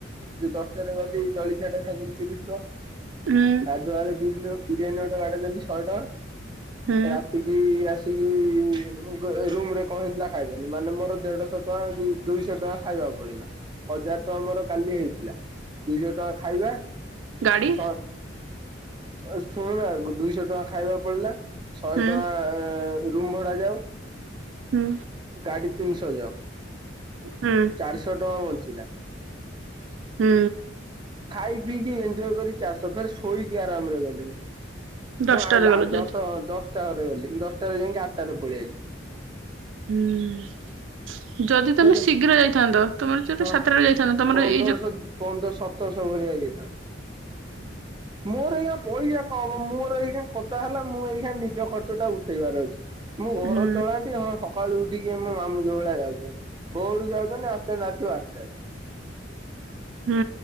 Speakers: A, on the right; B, on the right.
A: ଯଉ ଦଶଟାରେ ଗଲି ଜଳଖିଆଟା ଖାଇଦେଲି ତିରିଶ ଟଙ୍କା। ଗାଧୁଆବେଳେ
B: ହୁଁ
A: ବିରିନ - ବିରିୟାନୀ ଗୋଟେ ବଡେଇଦେନି ଶହେ ଟଙ୍କା।
B: ହୁଁ
A: ରାତି କିି ଆସ୍ ସିକି-ଇ ରୁମ୍ ରେ କଣ ହେଇଥିଲା ଖାଇଦେଲି, ମାନେ ମୋର ଦେଢଶହ ଟଙ୍କା ଦୁ-ଦୁଇଶହ ଟଙ୍କା ଖାଇବାକୁ ପଳେଇଲା। ହଜାର ଟଆଁ ମୋର କାଲି ହେଇଥିଲା। ଦୁଇଶହ ଟଙ୍କା ଖାଇବା,
B: ଗାଡି
A: ଶହେ ଶୁଣୁନା ଦୁଇଶହ ଟଁଆ ଖାଇବା ପଡିଲା। ଶହେ
B: ହୁଁ
A: ଟଆଁ ଏଁ ରୁମ ଭଡ଼ାଯାଉ।
B: ହୁଁ।
A: ଗାଡି ତିନିଶହ ଯାଉ,
B: ହୁଁ
A: ଚାରିଶହ ଟଙ୍କା ବଞ୍ଚିଲା।
B: ହୁଁ।
A: ଖାଇ ପିଇକି ଏଞ୍ଜୟ କରି ଚାରିଶହ, ଫେର ଶୋଇକି ଆରାମ୍ ରେ ଗଲି ମୁଁ।
B: ଦଶଟାରେ
A: ମୁଁ ଆଉଆଉ
B: ଗଲ ଯଦି
A: ଦଶହ ଦଶଟା ଘରେ ଗଲି ଦଶଟାରେ ଯାଇଁକି ଆଟ୍ଟାରେ ପଳେଆଇଲି।
B: ହୁଁ, ଯଦି ତମେ
A: ଫେରେ
B: ଶୀଘ୍ର ଯାଇଥାନ୍ତ, ତମର ଯୋଉଟା
A: ହଁ
B: ସାତଟାରେ ଯାଇଥାନ୍ତ, ତମର
A: ପନ୍ଦରଶହ
B: ଏଇ ଯୋଉ
A: ପନ୍ଦର ସତର୍ ଶହ ଭଳିଆ ହେଇଯାଇଥାନ୍ତା।
B: ହୁଁ।
A: ମୋର ଏଇକ୍ଷୀଣା ପଇସା କମ୍ ମୋର ଏଇଖୀଣ କଥା ହେଲା ମୁଁ ଏଇଖୀଣ ନିଜ ଖର୍ଚ୍ଚଟା ଉଠେଇବାର ଅଛି। ମୁଁ ଘର
B: ହୁଁ
A: ଚଳାନ୍ତି ହଁସକାଳୁ ଉଠିକି ଆମ ମାମୁଁ ଯୋଉ ଭଳିଆ ଯାଉଚନ୍ତି। ଭୋଉରୁ ଯାଉଚନ୍ତି ଆସୁଚନ୍ତି ରାତି ବାଟାରେ।
B: ହୁଁ।